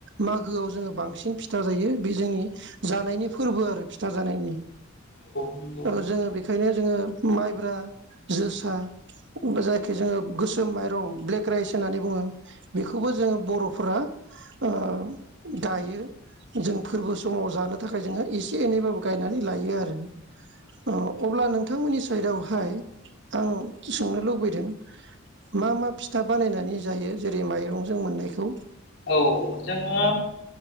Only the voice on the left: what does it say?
औ नंगौ
औ जोङो